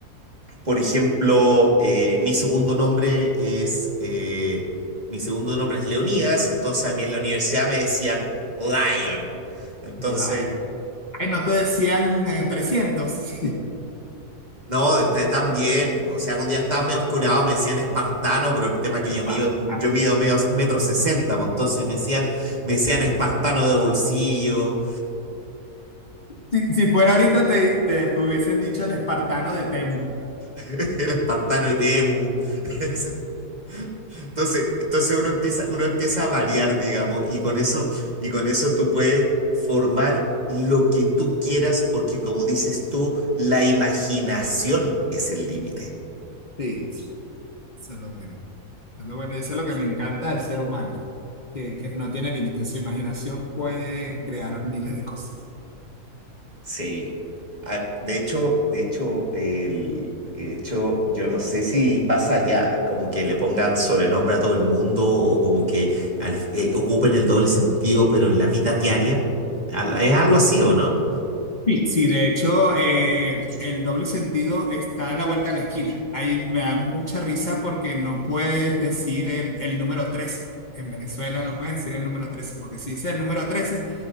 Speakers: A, on the right; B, on the left.
A: por ejemplo, eh, mi segundo nombre es eh, mi segundo nombre es Leonidas, entonces a mí en la universidad me decían Lion. Entonces,
B: Lion. Ay, no te decían eh, 300.
A: no, t- también, pues, o sea, cuando ya estaba medio oscurado me decían espartano, pero el tema es
B: <laughs>
A: que
B: Esparo.
A: yo mido, yo mido medio, metro sesenta, pues, entonces me decían, me decían espartano de bolsillo,
B: <laughs> Si, si fuera ahorita te, te hubiesen dicho el espartano de Temu.
A: <laughs> el espartano de Temu. <laughs> Entonces, entonces uno empieza, uno empieza a variar, digamos, y con eso, y con eso tú puedes formar lo que tú quieras, porque como dices tú, la imaginación es el límite.
B: Sí. Eso es lo bueno. Eso es lo bueno. y Eso es lo que me encanta del ser humano, que, que no tiene límites. Su imaginación puede crear miles de cosas.
A: Sí. Ah, de hecho, de hecho, el, de hecho, yo no sé si pasa ya, como que le pongan sobrenombre a todo el mundo, o como que al- eh, ocupen el doble sentido, pero en la vida diaria. Al- ¿Es algo así o no?
B: Sí, sí, de hecho, eh, el doble sentido está a la vuelta de la esquina. Ahí me da mucha risa porque no puedes decir el, el número trece En Venezuela no puedes decir el número 13 porque si dices el número 13